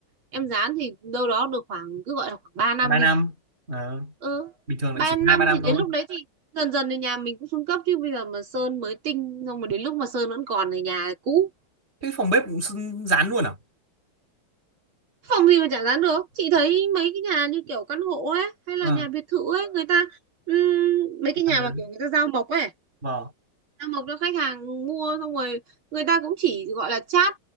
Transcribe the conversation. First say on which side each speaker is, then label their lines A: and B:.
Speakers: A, on the right; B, on the right.
A: em dán thì đâu đó được khoảng cứ gọi là khoảng 3 năm
B: hai ba
A: đi
B: năm Ờ,
A: ừ
B: bình thường
A: ba
B: lại chỉ
A: năm
B: hai ba năm
A: thì đến
B: thôi
A: lúc đấy thì dần dần thì nhà mình cũng xuống cấp chứ bây giờ mà sơn mới tinh xong mà đến lúc mà sơn vẫn còn thì nhà cũ
B: cái phòng bếp cũng sưng- dán luôn à
A: phòng gì mà chả dán được chị thấy mấy cái nhà như kiểu căn hộ ấy hay là
B: ờ,
A: nhà biệt thự ấy người ta ừm, mấy
B: dán
A: cái nhà
B: giấy
A: mà kiểu người ta giao mộc ấy
B: vâng
A: giao mộc cho khách hàng mua xong rồi người ta cũng chỉ gọi là chát